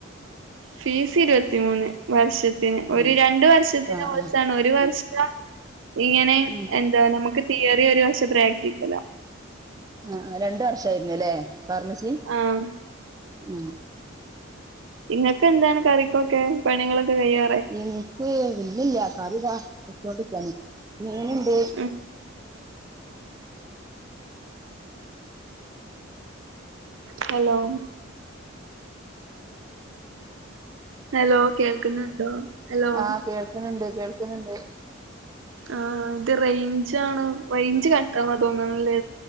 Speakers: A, on the right; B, on the right.
A: ഫീസ് ഇരുപത്തിമൂന്ന് വർഷത്തിന് ഒരു
B: ആ
A: രണ്ട് വർഷത്തിന്
B: ആഹ്
A: കുറിച്ചാണ്
B: ആഹ്
A: ഒരു വർഷം ഇങ്ങനെ
B: ഉം
A: എന്താ നമുക്ക് തിയറി, ഒരു വർഷം പ്രാക്ടിക്കലാ
B: ആഹ് രണ്ട് വർഷവര്ന്നത്ല്ലേ ഫാർമസി
A: ആഹ്
B: മം
A: ഇങ്ങൾക് എന്താണ് കറിക്കൊക്കെ പണികളൊക്കെ കയ്യ
B: എനിക്ക്, ഇല്ലില്ല കറി താ വച്ചോണ്ട് ക്കാണ് മീൻ ഇണ്ട്
A: മം ഹലോ ഹലോ കേൾക്കുന്നുണ്ടോ ഹലോ
B: ആഹ് കേൾക്കുന്നുണ്ട് കേൾക്കുന്നുണ്ട്
A: ആഹ് ഇത് റേഞ്ചാണ് റേഞ്ച് കട്ടാവാ തോന്നുന്നില്ലേ